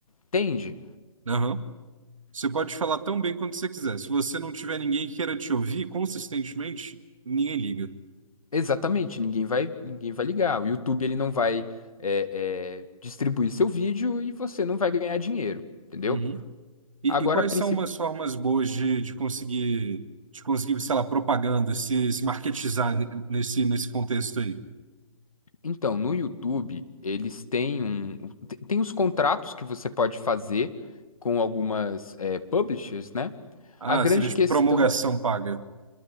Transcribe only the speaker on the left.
entende?
Exatamente, ninguém vai, ninguém vai ligar. O YouTube ele não vai é, é, distribuir seu vídeo e você não vai ganhar dinheiro, entendeu?
Agora,
a principal
Então, no YouTube, eles têm um. Tem tem os contratos que você pode fazer com algumas eh, publishers, né?
A grande
questão.